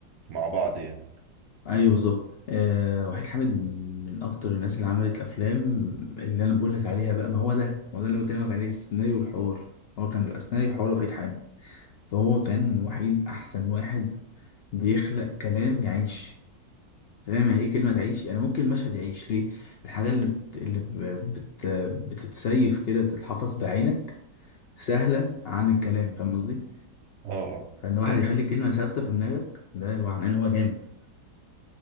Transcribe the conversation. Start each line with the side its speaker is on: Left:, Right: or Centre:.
Right: مع بعض يعني
Left: ايوه بالظبط أه وحيد حامد من اكتر الناس اللي عملت افلام اللي انا بقول لك عليها بقى ما هو ده ما هو ده اللي أنا بكلمك عليه السيناريو والحوار هو كان بيبقى سيناريو وحوار وحيد حامد فهو كان وحيد احسن واحد بيخلق كلام يعيش فاهم يعني ايه كلمه تعيش يعني ممكن مشهد يعيش ليه الحاجه اللي بت... اللي ب- بت... بتتسيف كده بتتحفظ بعينك سهله عن الكلام فاهم قصدي
Right: اه اه
Left: فان واحد
Right: فاهم.
Left: يخلي كلمه ثابته في دماغك ده معناه ان هو جامد